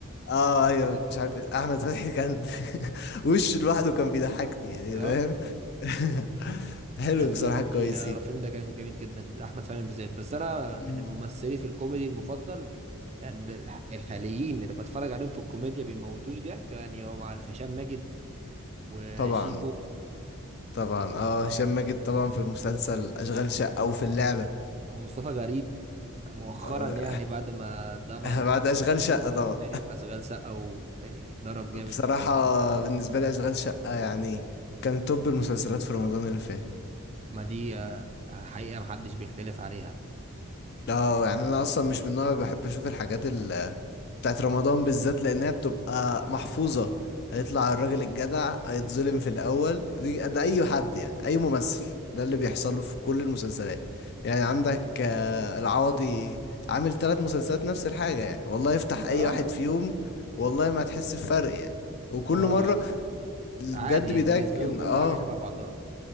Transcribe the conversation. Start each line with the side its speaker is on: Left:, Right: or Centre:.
Left: اه
Right: شاطر
Left: ايوه
Right: جدا
Left: مش عارف إيه. احمد فتحي كان <laughs> وشه لوحده كان بيضحكني يعني
Right: اه
Left: فاهم <laughs> حلو
Right: الافلام
Left: بصراحة كويسين
Right: دي اه الفيلم ده كان جميل جدا احمد فهمي بالذات بس انا
Left: مم.
Right: يعني ممثلي في الكوميدي المفضل يعني الح- الحاليين اللي بتفرج عليهم في الكوميديا بيموتوني ضحك يعني هو عارف هشام ماجد وشيكو
Left: طبعا طبعا اه هشام ماجد طبعا في المسلسل اشغال شقة او في اللعبة
Right: آه، هو مصطفى غريب مؤخرا
Left: آه،
Right: يعني بعد ما طبعا
Left: <laughs> بعد اشغال
Right: بوظ
Left: شقة طبعا
Right: الدنيا في اشغال شقه ويعني ضرب
Left: <laughs>
Right: جامد
Left: بصراحة بالنسبة لي اشغال شقة يعني كان توب المسلسلات في رمضان اللي فات
Right: ما دي آه، حقيقه محدش بيختلف عليها
Left: اه يعني انا اصلا مش من النوع اللي بحب اشوف الحاجات بتاعت رمضان بالذات لانها بتبقى محفوظة هيطلع الراجل الجدع هيتظلم في الاول دي ده اي حد يعني اي ممثل ده اللي بيحصل له في كل المسلسلات يعني عندك آه، العوضي عامل ثلاث مسلسلات نفس الحاجة يعني والله افتح اي
Right: اه
Left: واحد فيهم والله ما هتحس بفرق يعني وكل
Right: هو
Left: مرة اللي
Right: عادي
Left: بجد بيضايقك
Right: وبالنسبه
Left: ان
Right: له كل
Left: اه
Right: حاجه شبه بعضها